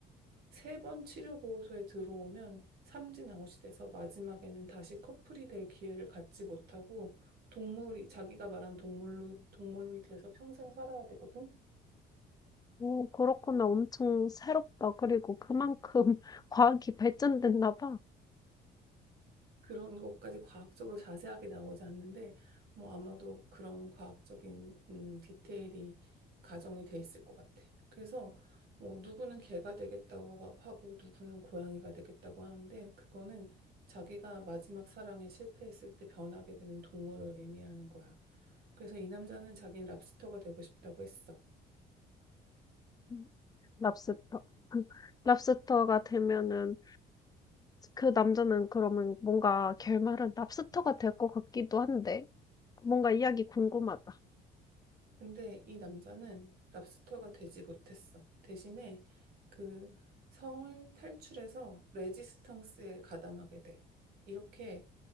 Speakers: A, on the right; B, on the left.
A: 세 번 치료 보호소에 들어오면 삼진 아웃이 돼서 마지막에는 다시 커플이 될 기회를 갖지 못하고 동물이 자기가 말한 동물로 동물이 돼서 평생 살아야 되거든.
B: 오 그렇구나. 엄청 새롭다. 그리고 그만큼 <laughs> 과학이 발전됐나 봐.
A: 그런 것까지 과학적으로 자세하게 나오지 않는데 뭐 아마도 그런 과학적인 음, 디테일이 가정이 돼 있을 것 같아. 그래서 뭐 누구는 개가 되겠다고 하고 누구는 고양이가 되겠다고 하는데 그거는 자기가 마지막 사랑에 실패했을 때 변하게 되는 동물을 의미하는 거야. 그래서 이 남자는 자기는 랍스터가 되고 싶다고 했어.
B: 음, 랍스터. <laughs> 랍스터가 되면은 그 남자는 그러면 뭔가 결말은 랍스터가 될 것 같기도 한데, 뭔가 이야기 궁금하다.
A: 근데 이 남자는 랍스터가 되지 못했어. 대신에 그 성을 탈출해서 레지스탕스에 가담하게 돼. 이렇게